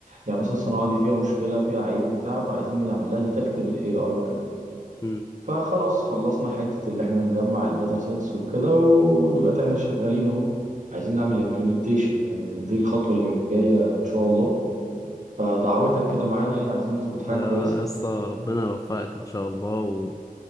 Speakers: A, on the right; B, on the left.
A: يعني مثلا الصناعة دي فيها مشكلة فيها عيب بتاع فعايزين نعمل لها ديتكت بالاي اي وكده
B: امم
A: فخلاص خلصنا حتة اللي احنا نجمع الداتا سيتس وكده ودلوقتي احنا شغالين اهو عايزين نعمل امبلمنتيشن يعني دي الخطوة اللي جاية ان شاء الله فدعوتك كده معانا يعني عايزين نظبط
B: يا
A: حاجة كويسة
B: يا اسطى ربنا يوفقك ان شاء الله